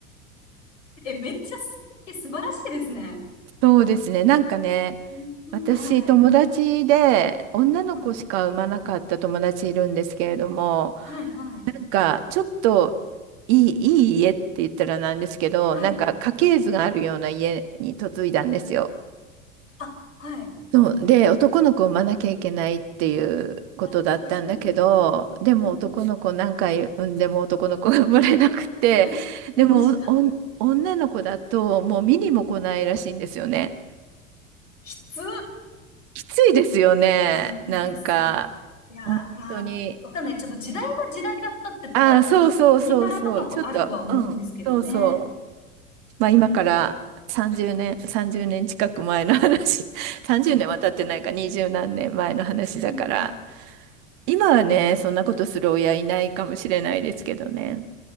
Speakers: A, on the left; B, on the right.
A: え、めっちゃ素敵、素晴らしいですね。
B: <laughs> そうですね、なんかね、
A: うんうんはい。
B: 私、友達で、女の子しか産まなかった友達いるんですけれども、
A: うん。はいはい。
B: なんか、ちょっといい、いい家って言ったらなんですけど、
A: はい。
B: なんか家系図があるような家に嫁いだんですよ。
A: あ、はい。
B: そう、で、男の子を産まなきゃいけないっていうことだったんだけど、
A: わ、大変だ。
B: でも男の子何回産んでも男の子が生まれなくて、
A: うん。えー、
B: でもおん女の子だともう見にも来ないらしいんですよね。
A: もう仕方、きつ
B: きついですよね。
A: うん、
B: なんか、
A: え、そう。いやー、
B: 本当に。
A: まあ、わかんない。ちょっと時代が時代だったってとか、
B: ああ、そうそうそうそう。
A: うん国柄とかもあるとは思うんですけどね。
B: ちょっと、うん、そうそう。まあ今から30年、
A: うん。
B: 30年近く前の話、<laughs> 30年は経ってないか、
A: いやー、はい
B: 20何年前の話だから、
A: うんうん。
B: 今はね、そんなことする親いないかもしれないですけどね。